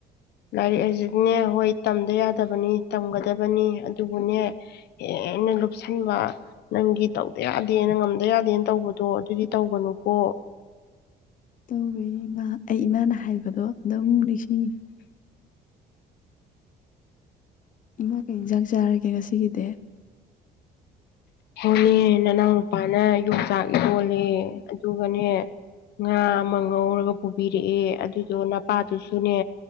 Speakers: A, on the left; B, on the left.
A: ꯂꯥꯏꯔꯤꯛ ꯍꯧꯁꯨꯅꯦ ꯍꯣꯏ ꯇꯝꯗ ꯌꯥꯗꯕꯅꯤ ꯇꯝꯒꯗꯕꯅꯤ ꯑꯗꯨꯕꯨꯅꯦ ꯍꯟꯅ ꯂꯨꯞ ꯑꯗꯨꯒꯕ ꯅꯪꯒ ꯇꯥꯎꯗꯦ ꯌꯥꯗꯦꯅ ꯉꯝꯗ ꯌꯥꯗꯦꯅ ꯇꯧꯕꯗꯣ ꯑꯗꯨꯗꯤ ꯇꯧꯕꯅꯨꯀꯣ
B: ꯇꯧꯋꯦ ꯏꯃꯥ ꯑꯩ ꯏꯃꯥꯅ ꯍꯥꯏꯕꯗꯣ ꯑꯗꯨꯝ ꯅꯤꯡꯁꯤꯡꯉꯤ ꯏꯃꯥꯒꯩ ꯏꯟꯁꯥꯡ ꯆꯥꯔꯒꯦ ꯉꯁꯤꯒꯤꯗꯤ
A: ꯍꯣꯅꯦ ꯅꯅꯥꯎ ꯅꯨꯄꯥꯅ ꯌꯣꯡꯆꯥꯛ ꯏ ꯌꯣꯜꯂꯦ ꯑꯗꯨꯒꯅꯦ ꯉꯥ ꯑꯃ ꯉꯧꯔꯒ ꯄꯨꯕꯤꯔꯛꯑꯦ ꯑꯗꯨꯗꯣ ꯅꯄꯥꯗꯨꯁꯨꯅꯦ